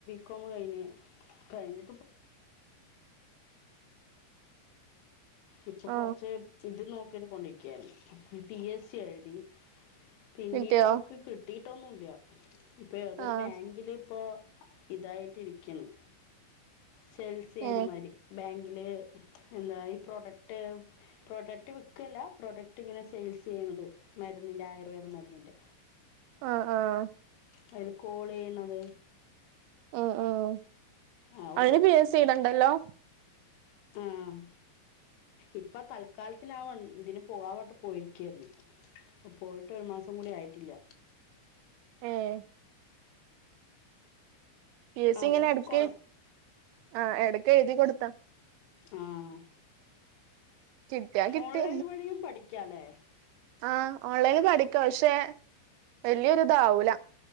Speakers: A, on the left; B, on the right.
A: ക്കോമ് കയിഞ്ഞ് ഇപ്പൊ
B: ആ
A: കൊറച്ച് ഇത് നോ കിളി കൊണ്ടോയ് ഉം പി എസ് സി എഴുതി പിന്നീട്
B: കിട്ടിയോ
A: അവർക്ക് കിട്ടിട്ട് ട്ടൊന്നുല്ല ഇപ്പം ഏതൊരു
B: ആ
A: ബാങ്കില് ഇപ്പോ ഇതായിട്ടിരിക്കണം സെയിൽസ് ചെയ്യണ
B: ഏ
A: മതിരി ബാങ്ക് ല് എന്താ ഈ പ്രൊഡക്ട് പ്രൊഡക്ട് വിക്കല്ല പ്രോഡക്റ്റ് ഇങ്ങനെ സെയിൽസ് ചെയ്യണത് മരുന്നിൻ്റെ ആയുർവേദ മരുന്നിൻ്റെ
B: ആഹ് ആഹ്
A: അതില് കോള് ചെയ്യണത്
B: ഉം ഉം
A: ആ
B: അതിന് പി എസ് സി എയ്തണ്ടല്ലോ?
A: ആഹ് ഇപ്പ തൽക്കാലത്തിന് ആ വൺ ഇതിന് പോവാ പറഞ്ഞിട്ട് പോയിരിക്കേര്ന്ന് പ്പ പോയിട്ട് ഒരു മാസം കൂടി ആയിട്ട ഇല്ല
B: ഏഹ് പി എസ് സി
A: അവള്
B: ഇങ്ങനെ
A: പറയണ
B: എടക്ക്
A: കുഴപ്പ
B: ആഹ് എടക്ക് എഴുതി കൊടുത്താ
A: ആഹ്
B: കിട്ടിയാ കിട്ടി
A: ഓൺലൈൻ വഴിയും പഠി യ്ക്കാ ല്ലേ
B: ആഹ് ഓൺലൈനി പഠിക്ക പക്ഷെ വല്യൊരിതാവൂല